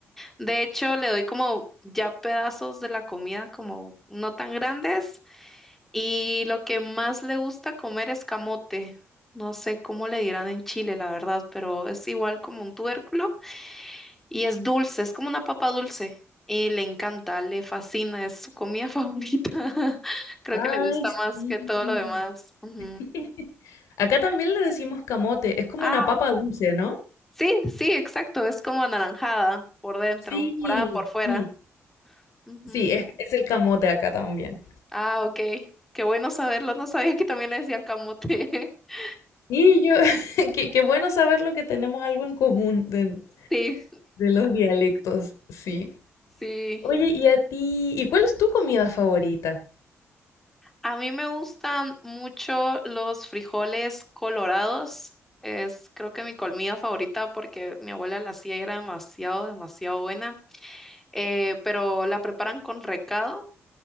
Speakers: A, in the centre; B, on the left.
A: De hecho, le doy como ya pedazos de la comida como no tan grandes Y lo que más le gusta comer es camote. No sé cómo le dirán en Chile, la verdad, pero es igual como un tubérculo y es dulce, es como una papa dulce. Y le encanta, le fascina, es su comida <laughs> favorita. Creo que
B: Ay,
A: le gusta más
B: sí.
A: que todo lo demás. Ujú.
B: <laughs> Acá también le decimos camote, es como
A: Ah,
B: una papa dulce, ¿no?
A: sí, sí, exacto, es como anaranjada por dentro,
B: Sí,
A: morada por fuera.
B: sí,
A: Ujú.
B: sí, es, es el camote acá también.
A: Ah, ok, qué bueno saberlo, no sabía que también le decían camote. <laughs>
B: Y yo, <laughs> qué, qué bueno saberlo que tenemos algo en común de,
A: Sí,
B: de los dialectos, sí.
A: sí.
B: Oye, ¿y a ti? ¿Y cuál es tu comida favorita?
A: A mí me gustan mucho los frijoles colorados. Es creo que mi comida favorita porque mi abuela la hacía y era demasiado, demasiado buena. Eh, pero la preparan con recado.